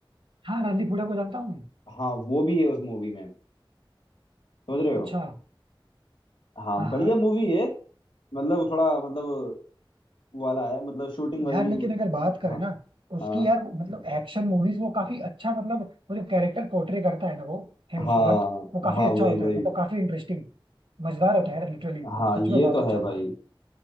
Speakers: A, on the right; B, on the left.
A: हाँ रणदीप हुडा को जानता हूँ मैं
B: हाँ वो भी है उस मूवी में समझ रहे
A: अच्छा
B: हो हाँ
A: हाँ
B: बढ़िया
A: हाँ
B: मूवी है मतलब थोड़ा मतलब वाला है मतलब शूटिंग वगैरह
A: यार लेकिन अगर बात करें
B: हाँ
A: ना उसकी
B: हाँ
A: यार मतलब एक्शन मूवीज वो काफी अच्छा मतलब वो जो कैरेक्टर पोर्ट्रे करता है ना वो हेम्सवर्थ
B: हाँ
A: वो काफी
B: हाँ
A: अच्छा
B: वही
A: होता
B: वही
A: है मतलब काफी इंटरेस्टिंग मजेदार होता है यार लिटरली वो
B: हाँ
A: सच
B: ये
A: में बहुत
B: तो
A: अच्छा
B: है भाई
A: होता है